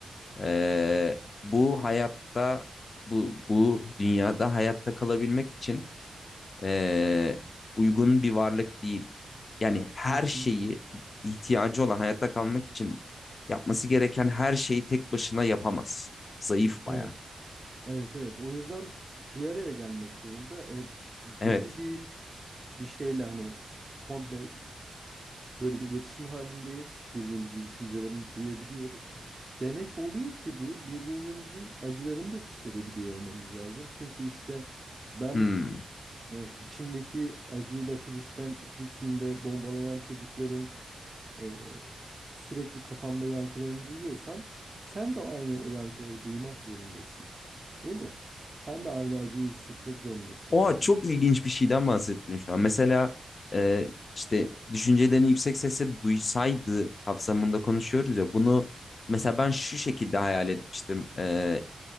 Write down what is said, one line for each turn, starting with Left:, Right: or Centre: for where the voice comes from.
Left: e, bu hayatta, bu bu dünyada hayatta kalabilmek için e, uygun bir varlık değil. Yani her
Right: Hı
Left: şeyi
Right: hı.
Left: ihtiyacı olan hayatta kalmak için yapması gereken her şeyi tek başına yapamaz. Zayıf bayağı.
Right: Evet, evet, evet. O yüzden bir araya gelmek zorunda. E, bu
Left: Evet.
Right: gibi bir şeyle hani komple böyle bir iletişim halindeyiz. Birbirimizin düşüncelerini duyabiliyoruz. Demek oluyor ki bu birbirimizin acılarını da hissedebiliyor olmamız lazım. Çünkü işte ben
Left: Hmm.
Right: e, içimdeki acıyla Filistin, Filistin'de bombalanan çocukların e, sürekli kafamda yankılarını duyuyorsam sen de aynı o yankıları duymak zorundasın. Değil mi? Sen de aynı acıyı hissetmek zorundasın
Left: Oha
Right: benimle.
Left: çok ilginç bir şeyden bahsettin şu an. Mesela e, işte düşüncelerini yüksek sesle duysaydı kapsamında konuşuyoruz ya bunu mesela ben şu şekilde hayal etmiştim. E,